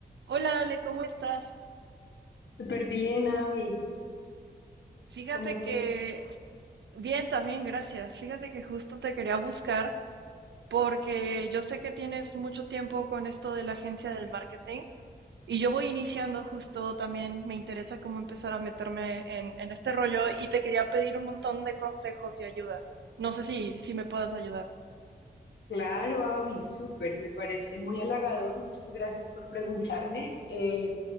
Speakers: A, on the right; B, on the left.
A: Hola Ale, ¿cómo estás?
B: Súper bien, Avi.
A: Fíjate
B: ¿Cómo estás
A: que,
B: tú?
A: bien, también, gracias. Fíjate que justo te quería buscar porque yo sé que tienes mucho tiempo con esto de la agencia del marketing y yo voy iniciando justo también, me interesa cómo empezar a meterme en, en este rollo y te quería pedir un montón de consejos y ayuda. No sé si, si me puedas ayudar.
B: Claro, Avi, súper. Me parece muy halagador. Muchas gracias por preguntarme. Eh,